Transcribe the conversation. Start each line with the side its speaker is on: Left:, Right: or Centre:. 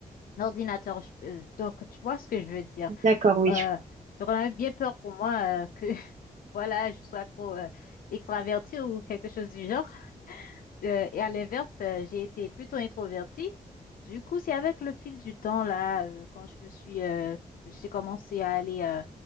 Left: ordinateur. Je- euh, Donc, tu vois ce que je veux dire?
Right: D'accord, oui.
Left: Euh,
Right: je comprends.
Left: donc on avait bien peur pour moi euh, que <laughs> voilà je sois trop euh, extravertie ou quelque chose du genre. Euh, et à l'inverse, euh, j'ai été plutôt introvertie. Du coup, c'est avec le fil du temps là, euh, quand je me suis, euh, j'ai commencé à aller euh,